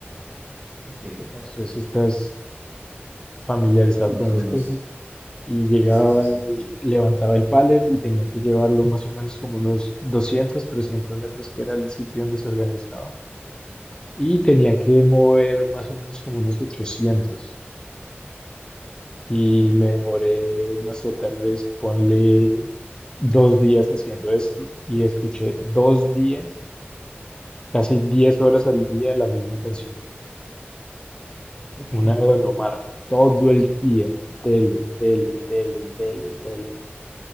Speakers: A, on the right; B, on the left.
A: ok.
B: No sé si estás familiarizado
A: Sí, más
B: con
A: o
B: esas
A: menos.
B: cosas. y llegaba
A: Sí, sí, sí.
B: y levantaba el pallet y tenía que llevarlo más o menos como unos doscientos trescientos metros, que era el sitio donde se organizaba. Y tenía que mover más o menos como unos ochocientos Y me demoré, no sé, tal vez ponle dos días haciendo esto y escuché dos días, casi 10 horas al día la misma canción,
A: Ok.
B: una de Don Omar, todo el día, dele, y dele, y dele, y dele, y dele.